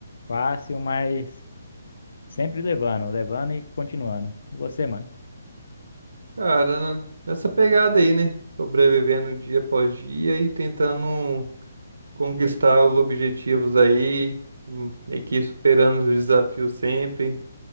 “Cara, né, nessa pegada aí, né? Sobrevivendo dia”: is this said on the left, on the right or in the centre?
Right